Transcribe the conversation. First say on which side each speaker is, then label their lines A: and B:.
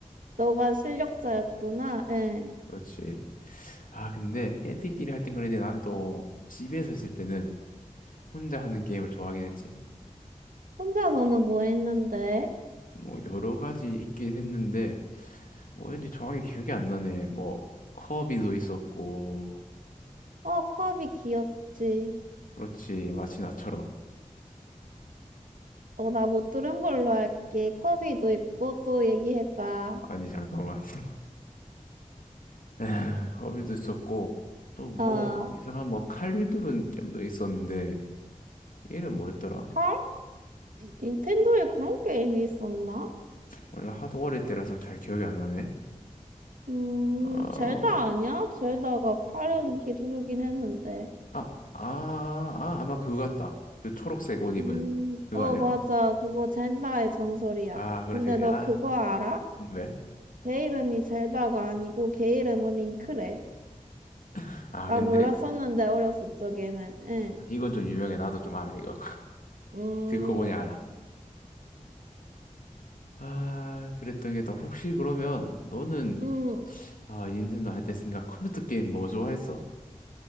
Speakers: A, on the right; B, on the left.
A: 너가 실력자였구나. 예.
B: 그렇지 아 근데 애들끼리 할 땐 그랬는데 난 또 집에서 있을 때는 혼자 하는 게임을 좋아하긴 했지
A: 혼자서는 뭐 했는데?
B: 뭐 여러 가지 있긴 했는데 뭐 왠지 정확히 기억이 안 나네. 뭐 커비도 있었고
A: 어, 컵이 귀엽지.
B: 그렇지 마치 나처럼
A: 어, 나 못 들은 걸로 할게. 컵이도 있고 또 얘기해봐.
B: 아니 잠깐만 <laughs> 에휴, 커비도 있었고 또 뭐
A: 아,
B: 이상한 뭐 칼리두른 게임도 있었는데 이름 뭐였더라?
A: 헐? 닌텐도에 그런 게임이 있었나?
B: 원래 하도 어릴 때라서 잘 기억이 안 나네.
A: 음,
B: 어,
A: 젤다 아니야? 젤다가 칼은 휘두르긴 했는데.
B: 아, 아, 아, 아마 그거 같다. 그 초록색 옷 입은
A: 음,
B: 그거
A: 어,
B: 아니야?
A: 맞아. 그거 젤다의 전설이야.
B: 아, 그렇지.
A: 근데 너
B: 아,
A: 그거 알아?
B: 왜?
A: 걔 이름이 젤다가 아니고 걔 이름은 링크래.
B: <laughs> 아,
A: 나
B: 근데
A: 몰랐었는데, 어렸을 적에는. 응.
B: 이건 좀 유명해. 나도 좀 알아, 이거.
A: 음.
B: 듣고 보니 알아. 아, 그랬던 게 또 혹시 그러면 너는
A: 음,
B: 아, 닌텐도 할 때 생각 컴퓨터 게임 뭐 좋아했어?